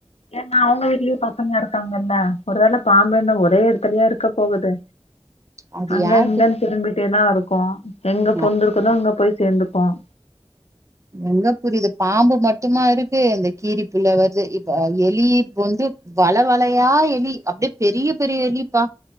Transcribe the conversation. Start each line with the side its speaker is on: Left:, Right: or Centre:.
Left: ஏன்னா அவுங்க வீட்லயு பசங்க இருக்காங்கல்ல ஒரு வேளை பாம்புன ஒரே இடத்துலயேவா இருக்க போகுது
Right: அது
Left: அங்க
Right: யாருக்கு
Left: இங்கன்னு திரும்பிட்டே தான் இருக்கும்
Right: புரியுமா?
Left: எங்க பொந்திருக்குதோ அங்க போய் சேர்ந்துக்கும்
Right: நல்லா புரிது பாம்பு மட்டுமா இருக்கு இந்த கீரி புள்ள வருது இப்ப எலி இப்ப வந்து வளவளையா எலி அப்டியே பெரிய பெரிய எலிப்பா